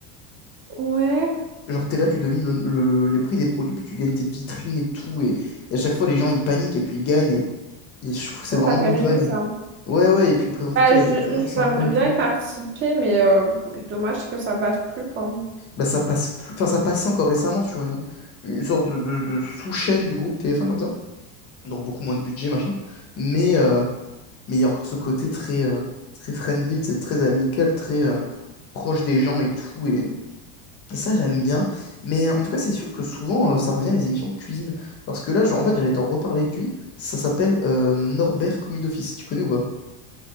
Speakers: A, on the right; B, on the left.
A: Ouais,
B: Genre, t'es là, tu devines le- le- le- les prix des produits, puis tu gagnes tes vitrines et tout. Et, et à chaque fois, les gens, ils paniquent et puis ils gagnent. Et, et je trouve que c'est
A: Oh,
B: vraiment
A: ça fait
B: good
A: rêver
B: vibe.
A: ça.
B: Ouais, ouais, et puis le présentateur,
A: Bah, je-
B: il était toujours sympa
A: j'aimerais bien
B: et tout.
A: y participer, mais euh, dommage que ça passe plus, quoi.
B: Bah, ça passe plus... Enfin, ça passait encore récemment sur une, une sorte de, de de sous-chaîne du groupe TF1 comme ça. donc beaucoup moins de budget, machin. Mais euh, mais il y a encore ce côté très, euh, très friendly, tu sais, très amical, très euh, proche des gens et tout. Et, et ça, j'aime bien. Mais euh, en tout cas, c'est sûr que souvent, euh, ça revient les émissions de cuisine. Parce que là, je- en fait, j'allais t'en reparler d'une. Ça s'appelle euh, Norbert Commis d'Office. Tu connais ou pas?